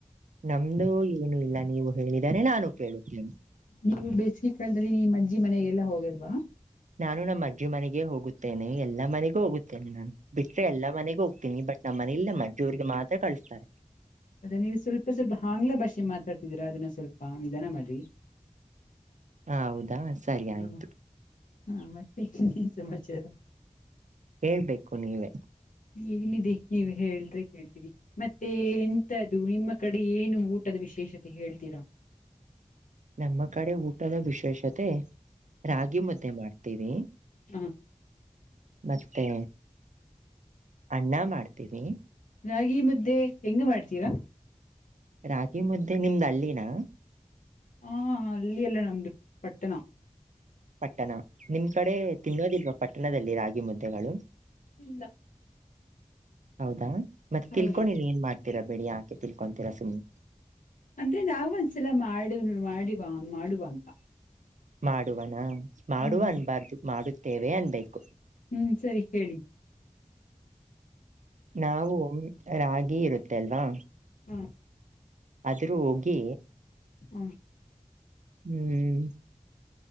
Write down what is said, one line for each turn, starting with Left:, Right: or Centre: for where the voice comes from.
Right: ನಮ್ದು ಏನು ಇಲ್ಲ ನೀವು ಹೇಳಿದರೆ ನಾನು ಕೇಳುತ್ತೇನೆ.
Left: ನೀವು ಬೇಸಿಗೆ ಕಾಲದಲ್ಲಿ ನೀಮ್ಮ ಅಜ್ಜಿ ಮನೆಗೆಲ್ಲಾ ಹೋಗಿಲ್ವಾ.
Right: ನಾನು ನಮ್ಮ ಅಜ್ಜಿ ಮನೆಗೆ ಹೋಗುತ್ತೇನೆ ಎಲ್ಲಾ ಮನೆಗೂ ಹೋಗುತ್ತೇನೆ ನಾನು ಬಿಟ್ರೆ ಎಲ್ಲಾ ಮನೆಗೂ ಹೋಗ್ತೀನಿ ಬಟ್. ನಮ್ಮನೇಲಿ ನಮ್ಮ ಅಜ್ಜಿ ಊರಿಗೆ ಮಾತ್ರ ಕಳಿಸ್ತಾರೆ
Left: ಮತ್ತೆ ನೀವು ಸ್ವಲ್ಪ ಸ್ವಲ್ಪ ಆಂಗ್ಲೆ ಭಾಷೆ ಮಾತಾಡ್ತಿದೀರಾ ಅದನ್ನ ಸ್ವಲ್ಪ ನಿದನ ಮಾಡ್ರಿ.
Right: ಹ ಹೌದಾ ಸರಿ ಆಯ್ತು
Left: ಹ್ಮ ಹಾ ಮತ್ತೆ ಸಮಾಚಾರ.
Right: ಹೇಳ್ಬೇಕು ನೀವೇ
Left: ಏನಿದೆ ನೀವ್ ಹೇಳಿಲ್ರಿ ಕೇಳ್ತೀವಿ. ಮತ್ತೆ ಎಂತದ್ದು ನಿಮ್ಮ ಕಡೆ ಏನು ಊಟದ ವಿಶೇಷತೆ ಹೇಳ್ತೀರಾ.
Right: ನಮ್ಮ ಕಡೆ ಊಟದ ವಿಶೇಷತೆ ರಾಗಿ ಮುದ್ದೆ ಮಾಡ್ತೀವಿ.
Left: ಹಾ
Right: ಮತ್ತೆ ಅನ್ನ ಮಾಡ್ತೀವಿ.
Left: ರಾಗಿ ಮುದ್ದೆ ಹೆಂಗ್ ಮಾಡ್ತೀರಾ.
Right: ರಾಗಿ ಮುದ್ದೆ ನಿಮ್ದ್ ಹಳ್ಳಿನಾ.
Left: ಹಾ ಹಳ್ಳಿ ಅಲ್ಲ ನಮ್ದು ಪಟ್ಟಣ.
Right: ಪಟ್ಟಣ ನಿಮ್ ಕಡೆ ತಿನ್ನೋದಿಲ್ವಾ ಪಟ್ಟಣದಲ್ಲಿ ರಾಗಿ ಮುದ್ದೆಗಳು
Left: ಇಲ್ಲ
Right: ಹೌದಾ ಮತ್ತೆ
Left: ಹೌದು
Right: ತಿಳ್ಕೊಂಡ ನೀನ್ ಏನ್ ಮಾಡ್ತಿ. ತೀರ ಬಿಡಿ ಯಾಕೆ ತಿಳ್ಕೊಂತೀರಾ ಸುಮ್ನೆ.
Left: ಅಂದ್ರೆ ನಾವವು ಒಂದ್ಸಲ ಮಾಡ ಮಾಡಿವ ಮಾಡುವಾ ಅಂತ.
Right: ಮಾಡುವನಾ ಮಾಡುವ
Left: ಹ್ಮ್
Right: ಅನ್ಬಾರ್ದು ಮಾಡುತ್ತೇವೆ ಅನ್ಬೇಕು.
Left: ಹ್ಮ್ ಸರಿ ಹೇಳಿ.
Right: ನಾವು ರಾಗಿ ಇರುತ್ತೆ ಅಲ್ವಾ.
Left: ಹಾಂ
Right: ಅದರೂ ಹೋಗಿ
Left: ಹ್ಮ
Right: ಹ್ಮ್